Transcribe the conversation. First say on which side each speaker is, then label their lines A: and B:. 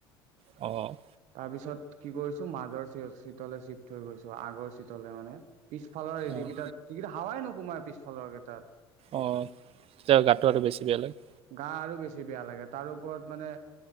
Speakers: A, on the right; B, on the right.
A: অ'।
B: তাৰ পিছত কি কৰিছো মাজৰ চিত, চিটলে চিফ্ট হৈ গৈছোঁ। আগৰ- পিছলৈ মানে, পিছফালৰ
A: অঁ
B: যিকেইটা, হাৱাই নোসোমাই পিছফালৰ কেইটাত।
A: অ', তেতিয়া গাটো
B: উম।
A: আৰু বেছি বেয়া লাগে।
B: গা আৰু বেছি বেয়া লাগে তাৰ ওপৰত মানে,